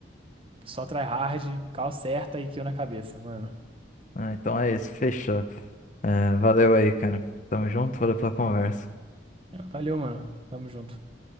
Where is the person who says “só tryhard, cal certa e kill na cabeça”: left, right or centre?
Right